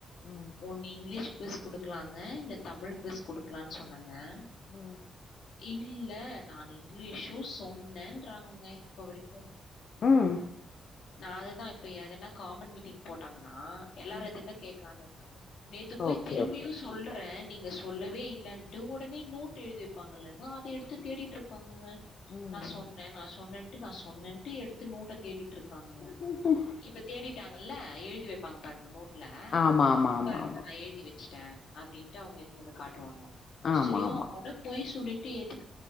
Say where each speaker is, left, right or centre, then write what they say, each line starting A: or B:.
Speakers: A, on the left; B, on the left.
A: ம்
B: ஒண்ணு இங்கிலீஷ் குவிஸ் குடுக்கலாங்க இல்ல தமிழ் குவிஸ் குடுக்கலான்னு சொன்னங்க ஆ
A: ம்
B: இல்ல நானு இங்கிலீஷு சொன்னேன்றாங்கங்க இப்ப வரைக்கு
A: உம்
B: நா அதுதா இப்ப எதுனா காமன் மீட்டிங் போட்டாங்கன்னா எல்லார்
A: ம்.
B: எதுர்ல கேக்கலாம்னு இருக்கேங்க நேத்து போய்
A: ஓகே
B: திரும்பியு
A: ஓகே
B: சொல்றே நீங்க நீங்க சொல்லவே இல்லன்ட்டு ஒடனே நோட் எழுதி வெப்பாங்கலங்க அத ‌ எடுத்து தேடிட்டு இருக்காங்கங்க
A: ம்
B: நா சொன்ன நா சொன்னேன்ட்டு நா சொன்னேன்ட்டு எடுத்து நோட்ட தேடிட்டு இருக் காங்கங்க
A: ம்.
B: இப்ப தேடிட்டாங்கல்ல எழுதி வைப்பாங்க பாருங்க நோட்டு்ல
A: ஆமா ஆமா ஆமா
B: பண்ணத
A: ஆமா
B: ஏழுதி வெச்சி டே அப்டின்ட்டு அவுங்க எடுத்துனு வந்து காட்டுவாங்க
A: ஆமா
B: சரியன
A: ஆமா
B: பொய் சொல்லிட்டு எது